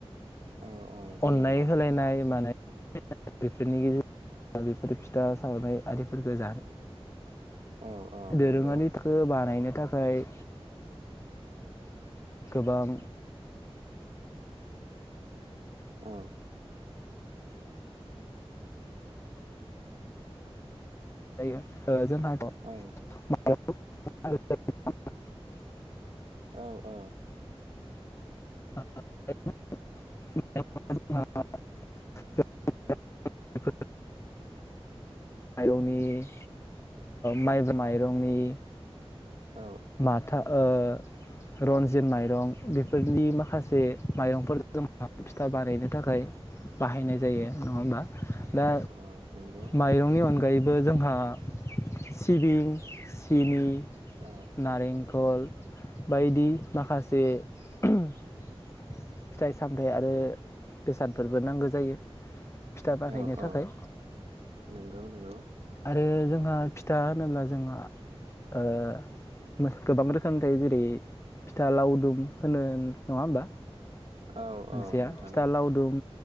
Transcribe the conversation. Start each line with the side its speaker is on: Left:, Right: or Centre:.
Right: औ औ जेन'बा
Left: अननाय होलायनाय माने बेफोरनि गेजेरजों बेफोर फिथा सावनाय आरिफोरखौ जानो
Right: औ औ
Left: दोरोङारिखौ
Right: नंगौ
Left: बानायनो थाखाय गोबां
Right: औ
Left: जाय <unintelligible>
Right: औ
Left: <unintelligible>
Right: औ औ
Left: <unintelligible> <unintelligible> <unintelligible> ओ माइरंनि माइब माइरंनि
Right: औ
Left: माथा ओ रनजित माइरं बेफोरनि माखासे माइरंफोर जों फिथा बानायनो थाखाय बाहायनाय जायो नङाहोनबा दा
Right: औ औ नंगौ
Left: माइरंनि अनगायै बो जोंहा सिबिं सिनि
Right: औ
Left: नारेंखल बायदि माखासे फिथाइ सामथाइ आरो बेसादफोरबो नांगौ जायो फिथा बानायनो
Right: औ औ
Left: थाखाय
Right: नंगौ नंगौ
Left: आरो जोंहा फिथा होनोब्ला जोंहा ओ गोबां रोखोमनि थायो जेरै फिथा लावदुम होनो नङा होमबा
Right: औ
Left: मोनसेया
Right: औ नोंथां
Left: फिथा
Right: औ
Left: लावदुम